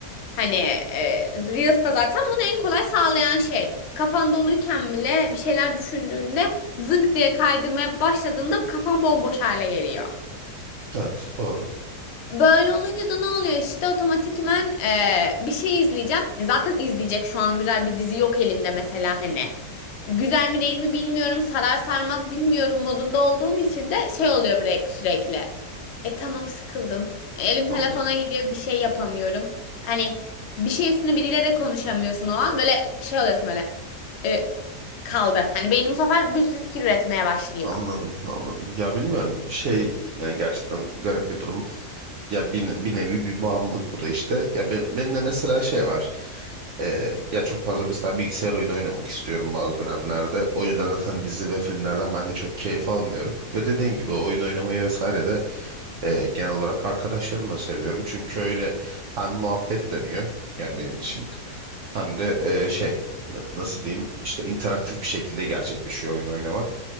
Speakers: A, on the left; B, on the right.
A: Hani e, Reels da zaten bunu en kolay sağlayan şey. Kafan doluyken bile bir şeyler düşündüğünde zınk diye kaydırmaya başladığında kafan bomboş hale geliyor.
B: Evet doğru.
A: Böyle olunca da ne oluyor işte otomatikmen e, bir şey izleyeceğim. Zaten izleyecek şu an güzel bir dizi yok elimde mesela hani. Güzel mi değil mi bilmiyorum sarar sarmaz bilmiyorum modunda olduğum için de şey oluyor bre- sürekli. E tamam sıkıldım. Elim telefona
B: Anladım.
A: gidiyor bir şey yapamıyorum. Hani bir şey üstüne biriyle de konuşamıyorsun o an böyle şey oluyorsun böyle. E, kaldı. Hani beynim bu sefer bir sürü fikir üretmeye başlıyor.
B: Anladım, anladım. Ya bilmiyorum şey yani gerçekten garip bir durum. Ya bir, bir nevi bir bağımlılık bu da işte. Ya ben, benim de mesela şey var. Ee, ya çok fazla mesela bilgisayar oyunu oynamak istiyorum bazı dönemlerde. O yüzden zaten dizi ve filmlerden ben de çok keyif almıyorum. Ve dediğin gibi oyun oynamayı vesaire de e, genel olarak arkadaşlarımla seviyorum. Çünkü öyle hem muhabbet dönüyor yani benim için. Hem de e, şey n- nasıl diyeyim işte interaktif bir şekilde gerçekleşiyor oyun oynamak.